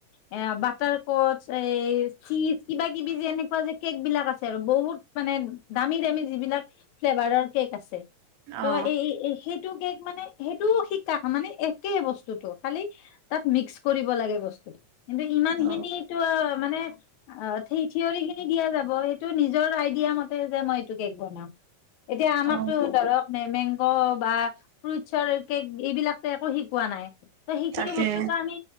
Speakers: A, on the left (about 75°); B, on the right (about 80°).
A: এ বাটাৰকচ এই চীজ কিবা কিবি যে এনেকুৱা যে কেক বিলাক আছে আৰু বহুত মানে দামী দামী যিবিলাক ফ্লেভাৰৰ কেক আছে। ত
B: অ
A: এই সেই কেক মানে সেইটোও শিকা মানে একে বস্তুতটো খালি তাত মিক্স কৰিব লাগে বস্তুটো কিন্তু ইমান
B: অ
A: খিনিটো মানে অ সেই থিয়ৰী খিনি দিয়া যাব সেইটো নিজৰ আইডিয়া মতে যে মই এইটো কেক বনাম। এতিয়া আমাৰতো
B: অ
A: ধৰক মেমেং বা ফ্ৰুটছৰ কেক এইবিলাকো একো শিকোৱা নাই ত সেইখিনি
B: তাকে
A: বস্তুটো আমি